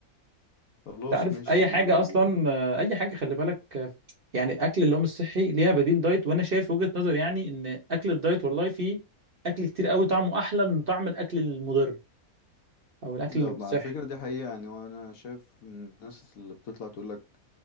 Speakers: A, on the left (about 65°); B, on the right (about 45°).
A: خلاص
B: انت عارف
A: ماشي
B: اي
A: انا
B: حاجه
A: لو
B: اصلا آه، اي حاجه خلي بالك آه، يعني اكل اللي هو مش صحي ليها بديل دايت وانا شايف وجهه نظر يعني ان اكل الدايت والله فيه اكل كتير قوي طعمه احلى من طعم الاكل المضر او الاكل
A: ده
B: اللي مش صحي
A: على فكره دي حقيقه يعني وانا شايف الناس اللي بتطلع تقول لك